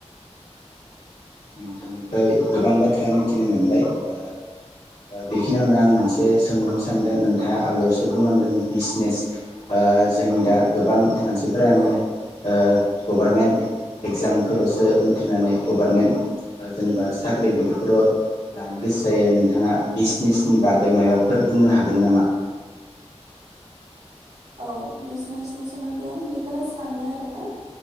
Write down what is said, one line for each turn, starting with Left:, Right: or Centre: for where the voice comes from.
Left: नोंथांनिफ्राय गोबां बाथ्रा मिथिनो मोनबाय ओ बेखिनियावनो आं मोनसे सोंहरनो सानदों नोंथाङा आवगायावसो बुंलांदों बिजनेस ओ जोंनि दा गोबां मानसिफोरानो
Right: औ
Left: ओ गभारनमेन्ट एगजामखौल'सो उथ्रिनानै गभारनमेन्ट ओ जेनेबा साख्रि बेफोरखौथ' लानो गोसो जायो नोंथाङा बिजनेसनि बागै माबाफोर बुंनो हागोन नामा
Right: औ बिजनेसनि सोमोन्दै आं बेखौनो सानो आरोना